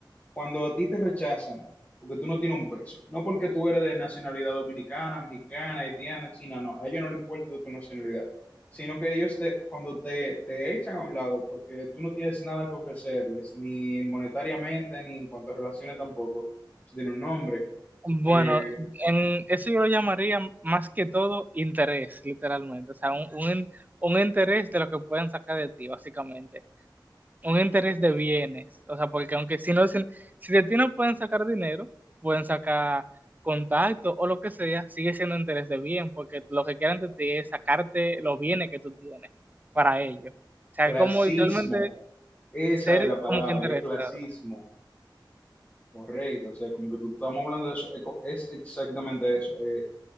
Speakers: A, on the left; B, on the right.
A: cuando a ti te rechazan, porque tú no tienes un peso, no porque tú eres de nacionalidad dominicana, mexicana, haitiana, china, no, a ellos no les importa de tu nacionalidad, sino que ellos te, cuando te, te echan a un lado, porque tú no tienes nada que ofrecerles, ni monetariamente, ni en cuanto a relaciones tampoco, eso tiene un nombre,
B: Bueno,
A: eh,
B: en eso yo lo llamaría más que todo interés, literalmente. O sea, un, un, un interés de lo que pueden sacar de ti, básicamente. un interés de bienes, o sea, porque aunque si no, si, si de ti no pueden sacar dinero, pueden sacar contacto o lo que sea, sigue siendo interés de bien, porque lo que quieren de ti es sacarte los bienes que tú tienes para ellos. O sea,
A: clasismo,
B: como literalmente
A: esa
B: ser
A: es la palabra,
B: como que interesado.
A: es clasismo, correcto, o sea, como que tú estamos hablando de eso, es co- es exactamente eso, eh,